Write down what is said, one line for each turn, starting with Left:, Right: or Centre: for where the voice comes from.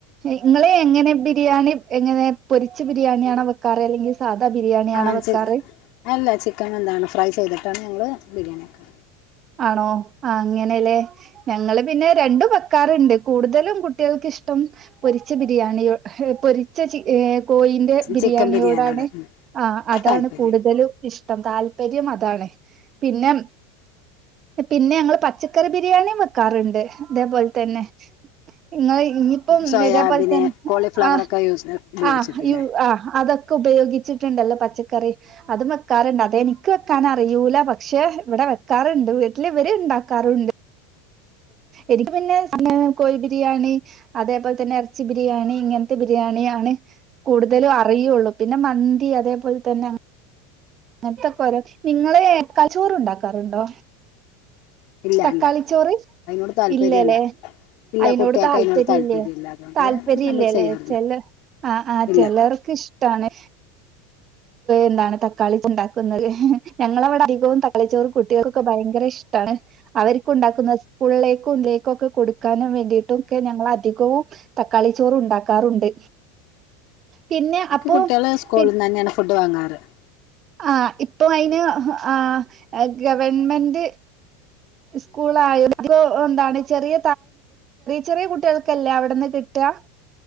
Right: ഇങ്ങള് എങ്ങനെ ബി രിയാണി എങ്ങനെ പൊരിച്ച് ബിരിയാണിയാണോ വെക്കാറ് അല്ലെങ്കിൽ സാധാ ബിരിയാണിയാണോ
Left: ആഹ്
Right: വെക്കാറ്
Left: ചി അല്ല ചിക്കൻ എന്താണ് ഫ്രൈ ചെയ്തിട്ടാണ് ഞങ്ങള് ബിരിയാണി വെക്കാ
Right: ആണോ ആ അങ്ങെ ല്ലേ ഞങ്ങള് പിന്നെ രണ്ടും വെക്കാർണ്ട് കൂടുതലും കുട്ടികൾക്കിഷ്ടം പൊരിച്ച ബിരിയാണിയോ പൊരിച്ച ചി കോഴിന്റെ ബിരിയാണിയോടാണ്
Left: ചിക്കൻ ബിരിയാണിയോട് ഉം
Right: ആ അതാണ്
Left: താല്പര്യം
Right: കൂടുതലും ഇഷ്ടം ടം താല്പര്യം അതാണ് പിന്നെ പിന്നെ ഞങ്ങള് പച്ചക്കറി ബിരിയാണിയും വെക്കാറുണ്ട് അതേപോലെ തന്നെ ഇങ്ങ ഇനിപ്പം
Left: സോയാബീന്
Right: ഇതേപോലെ തന്നെ
Left: കോളിഫ്ലവറൊക്കെ
Right: ആഹ്
Left: യൂസ് ഉപയോഗിച്ചിട്ടില്ലേ
Right: ആഹ് ആഹ് അതൊക്കെ ഉപയോഗിച്ചിട്ടുണ്ടല്ലോ പച്ചക്കറി അതും വെക്കാറുണ്ട് അത് എനിക്ക് വെക്കാൻ അറിയൂല പ പക്ഷെ ഇവിടെ വെക്കാറുണ്ട് വീട്ടിൽ ഇവര് ഇണ്ടാക്കാറുണ്ട് എനിക്ക് പിന്നെ കോഴി ബിരിയാണി അതേപോലെ തന്നെ ഇറച്ചി ബിരിയാണി ഇങ്ങനത്തെ ബിരിയാണി ആണ് കൂടുതലും അറിയുള്ളു പിന്നെ മന്തി അതേപോലെ തന്നെ അങ്ങനെത്തൊക്കെ ഓരോ നിങ്ങള് കച്ചോറ് ഉണ്ടാക്കാറുണ്ടോ
Left: ഇല്ല
Right: തക്കാളിച്ചോറ്
Left: ഇല്ല അതിനോട് താല്പര്യല്ല
Right: ഇല്ലല്ലേ
Left: ഇല്ല
Right: അയിനോട്
Left: കുട്ടികൾക്ക്
Right: താല്പര്യ
Left: അതിനോട് താല്പര്യമില്ല
Right: ഇല്ലേ
Left: അതുകൊണ്ട്
Right: താല്പര്യ
Left: നമ്മൾ
Right: ഇല്ലല്ലേ
Left: ചെയ്യാറില്ല
Right: ച ആ ആഹ്
Left: ഇല്ല
Right: ചെലർക്ക് ഇഷ്ടാണ് എന്താണ് തക്കാളി ചുണ്ടാക്ക ഞങ്ങളവിടെ അധികവും തക്കളി ച്ചോറും കുട്ടികൾ- ഭയങ്കര ഇഷ്ട അവർ ഉണ്ടാക്കുന്ന സ്കൂളിലേക്കും ഇലേക്കും ഒക്കെ കൊടുക്കാനും വേണ്ടിയിട്ടും ഒക്കെ ഞങ്ങങ്ങള അധികവും തക്കാളി ചോറ ഉണ്ടാക്കാറുണ്ട് പിന്നെ അപ്പോ
Left: എ കുട്ടികള് സ്കൂളിൽ
Right: പി
Left: നി തന്നെയാണ് ഫുഡ് വാറ് അ <inaudible>
Right: ആ ഇപ്പൊ അതിന് ആ ഗവൺമെന്റ് സ്കൂളായ എന്താണ് ചെറിയ ചെറിയ കുട്ടികൾക്കല്ലേ അവിടെന്ന് കിട്ടാ